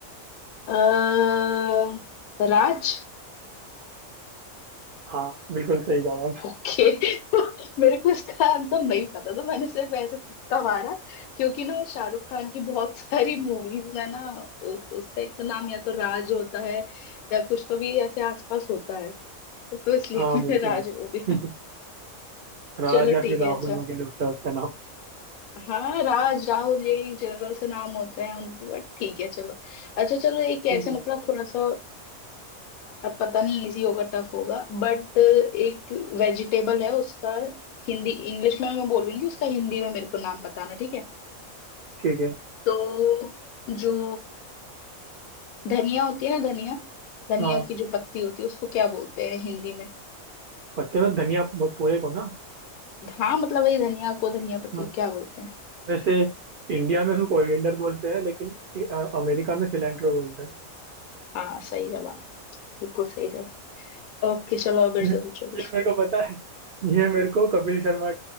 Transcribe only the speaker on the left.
अह, राज
ओके <laughs> मेरे को इसका आंसर नहीं पता था मैंने सिर्फ ऐसे तुक्का मारा क्योंकि ना शाहरुख खान की बहुत <laughs> सारी मूवीज में ना उ, उसका एक तो नाम या तो राज होता है या कुछ तो भी ऐसे आसपास होता है तो इसलिए
<laughs> मैंने
राज
बोल दिया
चलो
ठीक
है
अच्छा
हाँ राज राहुल यही जनरल से नाम होते हैं उनके बट ठीक है चलो अच्छा चलो एक
ऐसे
मतलब थोड़ा सा अब पता नहीं इजी होगा टफ होगा बट एक वेजिटेबल है उसका हिंदी इंग्लिश में मैं बोलूंगी उसका हिंदी में मेरे को नाम बताना ठीक है
तो जो धनिया होती है ना धनिया धनिया
की जो पत्ती होती है उसको क्या बोलते हैं हिंदी में
हाँ मतलब वही धनिया को धनिया पत्ती
को क्या बोलते हैं
हाँ सही जवाब बिल्कुल सही जवाब ओके चलो अब मेरे
से
पूछो कुछ